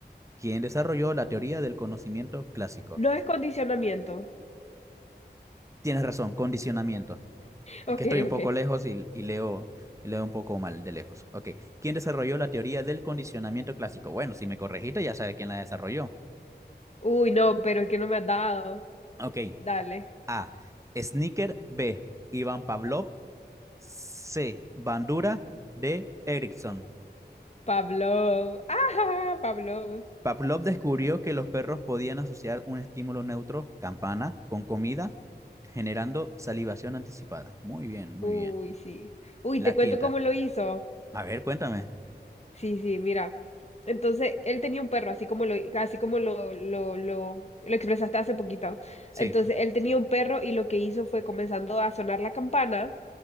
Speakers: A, on the right (about 15°); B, on the left (about 40°).
A: ¿Quién desarrolló la teoría del conocimiento clásico?
B: No es condicionamiento.
A: Tienes razón, condicionamiento. Es
B: Ok,
A: que estoy un
B: ok.
A: poco lejos y, y leo, y leo un poco mal de lejos. Ok. ¿Quién desarrolló la teoría del condicionamiento clásico? Bueno, si me corregiste, ya sabes quién la desarrolló.
B: Uy, no, pero es que no me has dado.
A: Ok.
B: Dale.
A: A. Snicker, B. Iván Pavlov. C. Bandura. D. Erickson.
B: Pablo. Ajá, Pablo.
A: Pavlov descubrió que los perros podían asociar un estímulo neutro, campana, con comida, generando salivación anticipada. Muy bien,
B: Uy,
A: muy bien.
B: sí. Uy,
A: La
B: te
A: quinta.
B: cuento cómo lo hizo.
A: A ver, cuéntame.
B: Sí, sí, mira. Entonces, él tenía un perro, así como lo, así como lo, lo, lo, lo expresaste hace poquito.
A: Sí,
B: Entonces, él tenía un perro y lo que hizo fue comenzando a sonar la campana